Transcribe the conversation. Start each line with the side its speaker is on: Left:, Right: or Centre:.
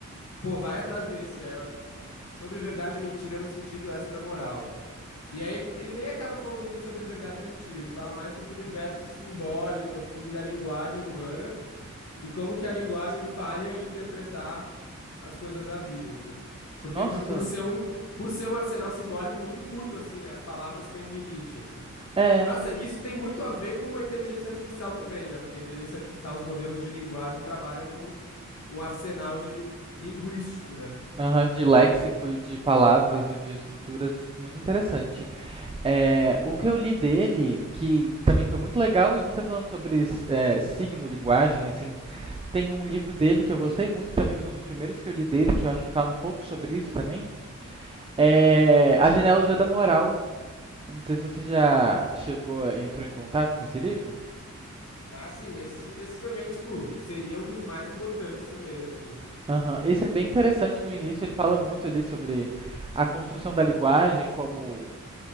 Left: pô, vai atrás desse, é sobre verdade e mentira no sentido extramoral. E aí ele, ele nem acaba falando muito sobre verdade e mentira, ele fala mais sobre o universo simbólico, assim, da linguagem humana e como que a linguagem falha em interpretar as coisas da vida, assim. Porque,
Right: Nossa!
Left: por, por ser um, por ser um arsenal simbólico muito curto, assim, né? As palavras têm limite, assim.
Right: É,
Left: Nossa,
Right: que-
Left: isso tem muito a ver com a inteligência artificial também, né? Porque a inteligência artificial, os modelos de linguagem trabalham com um arsenal de linguístico, né?
Right: aham, de léxico e de palavras e de estruturas, muito interessante. É, o que eu li dele, que também foi muito legal, e você falando sobre é, signo, linguagem, assim, tem um livro dele que eu gostei muito, que também foi um dos primeiros que eu li dele, que eu acho que fala um pouco sobre isso também, é A Genealogia da Moral. Eu não sei se você já chegou, entrou em contato com esse livro.
Left: Ah, sim, esse, esse também, tipo, seria um dos mais importantes também, assim.
Right: Aham, Esse
Left: Um dos...
Right: é bem interessante no início, ele fala
Left: É.
Right: muito ali sobre a construção da linguagem como